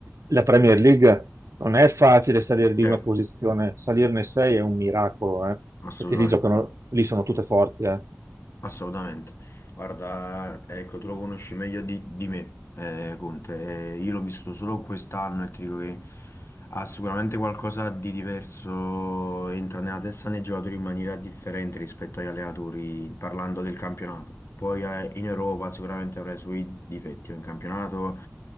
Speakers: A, on the right; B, on the left.
A: la Premier League non è facile salire di
B: certo,
A: una posizione, salirne sei è un miracolo, eh,
B: assolutamente,
A: perché lì giocano, lì sono tutte forti. eh.
B: assolutamente. Guarda, ecco, tu lo conosci meglio di, di me, eh, Conte, eh, io l'ho visto solo quest'anno e ti dico che... Ha sicuramente qualcosa di diverso, entra nella testa dei giocatori in maniera differente rispetto agli allenatori, parlando del campionato. Poi eh, in Europa sicuramente avrà i suoi difetti, ma in campionato